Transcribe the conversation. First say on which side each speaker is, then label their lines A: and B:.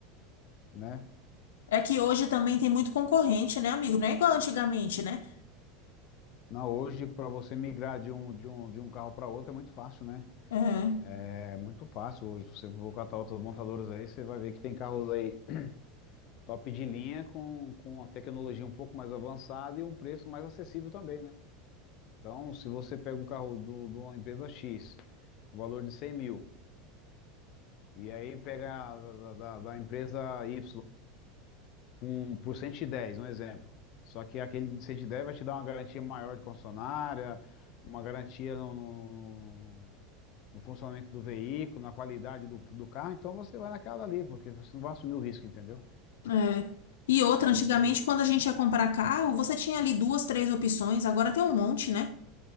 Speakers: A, on the left; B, on the left.
A: né,
B: É que hoje também tem muito concorrente, né, amigo? Não é igual antigamente, né?
A: Não, hoje para você migrar de um, de um, de um carro para outro é muito fácil, né?
B: É,
A: É muito fácil. Hoje, se você for catar outras montadoras aí, você vai ver que tem carros aí top de linha com, com uma tecnologia um pouco mais avançada e um preço mais acessível também, né? Então, se você pega um carro do, de uma empresa X, valor de 100 mil, e aí pega a da, da, da empresa Y, com, por 110 um exemplo. Só que aquele de 110 vai te dar uma garantia maior de concessionária, uma garantia no, no- no- no funcionamento do veículo, na qualidade do, do carro, então você vai naquela ali, porque você não vai assumir o risco, entendeu?
B: é. E outra,
A: É
B: antigamente,
A: Isso daí
B: quando a gente ia comprar carro, você tinha ali duas, três opções, agora tem um monte, né?